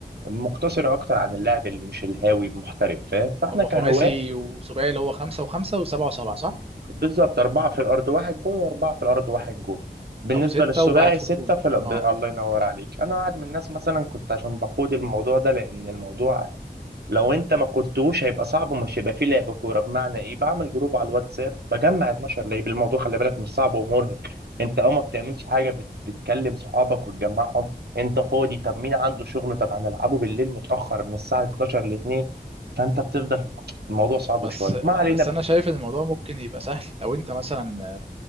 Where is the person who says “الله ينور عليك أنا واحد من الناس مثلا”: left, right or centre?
Right